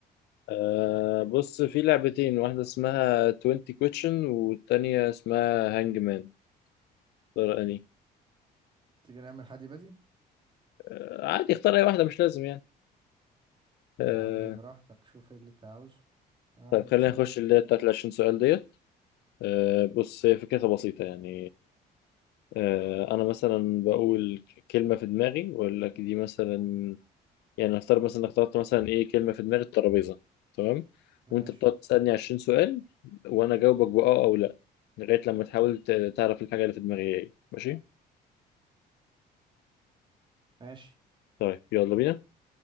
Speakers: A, on the left; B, on the right.
A: آه بص في لعبتين واحده اسمها 20 question والتانية اسمها هانج مان اختار اني
B: تيجي نعمل حدي بدي
A: آه عادي اختار اي واحده مش لازم يعني آه
B: يا عم براحتك شوف ايه اللي انت عاوزه انا
A: طيب
B: ما عنديش
A: خلينا نخش
B: مانع
A: اللي هي بتاعت ال 20 سؤال ديت آه بص هي فكرتها بسيطه يعني آه انا مثلا بقول كلمه في دماغي واقول لك دي مثلا يعني هختار مثلا انك تحط مثلا ايه كلمه في دماغ الترابيزه تمام
B: ماشي
A: وانت بتقعد تسالني 20 سؤال وانا اجاوبك باه او لا لغايه لما تحاول ت- تعرف الحاجه اللي في دماغي ايه ماشي
B: ماشي
A: طيب يلا بينا